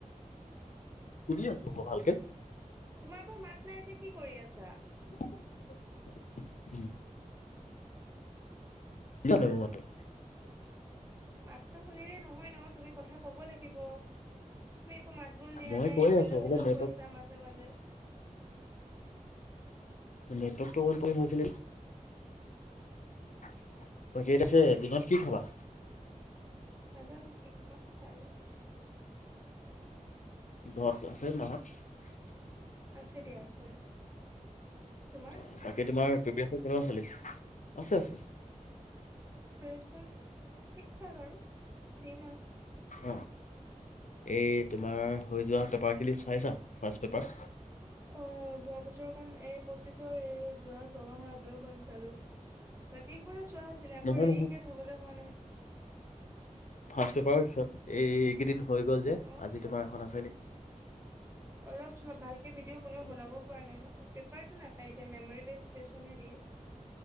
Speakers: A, on the left; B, on the right.
A: শুনি আছো মই ভালকে
B: তোমাৰ পৰা মাত নাই যে কি কৰি আছা।
A: <inaudible> <unintelligible>
B: মাতো শুনিলে নহয় ন তুমি কথা ক'ব লাগিব তুমি। টো মাত বোল দিয়া
A: মই
B: নাই
A: কৈয়ে
B: হেল্ল'
A: আছো অকমান
B: হেল্ল'
A: নেটৱৰ্ক
B: কৈছা মাজে মাজে
A: নেটৱৰ্ক টো অফ হৈ গৈছিল। তই কেইত আছে দিনত কি খাবা।
B: নাজানো কি খাও চাই লওঁ।
A: ঘৰত আছে মা হত।
B: আছে দিয়া আছে আছে। তোমাৰ
A: অ বাকী তোমাৰ প্ৰিপচন কেনেকুৱা চলিছে আছে আছে।
B: প্ৰিপেৰেচন ঠিক ঠাক আৰু দিম আৰু
A: অ এই তোমাৰ হৈ যোৱা পেপাৰ খিনি চাইছা ফাৰ্ষ পেপাৰ।
B: অ যোৱা বছৰখন এই পঁচিছৰ এই যোৱা ছমাহৰ আগৰখন চালো। বাকী কো চোৱা আছিলে আকৌ
A: নহয়
B: ৰিকে চাবলৈ হোৱা নাই।
A: ফাৰ্ষট পেপাৰিত এই এইকেইদিন। হৈ গ'ল যে
B: অ'
A: আজি তোমাৰ এখন আছে
B: অলপ চলপ ভালকে ভিডিঅ' কোনেও
A: নি
B: বনাব পৰা নাই ন পেপাৰতটো ন ত এতিয়া মেমৰি বেচ কুৱেশ্যনহে দিয়ে।